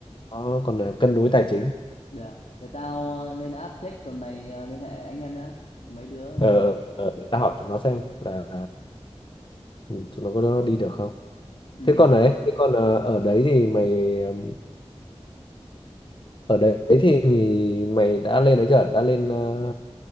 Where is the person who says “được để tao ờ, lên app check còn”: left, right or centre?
Left